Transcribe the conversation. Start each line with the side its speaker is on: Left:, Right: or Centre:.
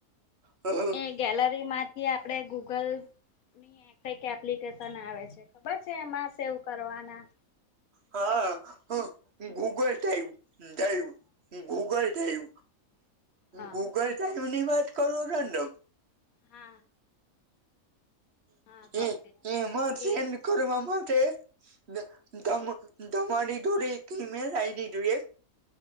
Right: હ
Left: એ ગેલરીમાંથી આપણેે ગૂગલ ની કઈક એપ્લિકેશન આવે છે ખબર છે એમાં સેવ કરવાના
Right: હા હ ગૂગલ ટાઈપ ટાઈવ ગૂગલ
Left: હા
Right: ગૂગલ ટાઈવ ની વાત કરું <unintelligible>
Left: હા હા
Right: એ એ એમાં સેન્ડ
Left: એ
Right: કરવા માટે <unintelligible> ઈમેલ આઇડી જોઈએ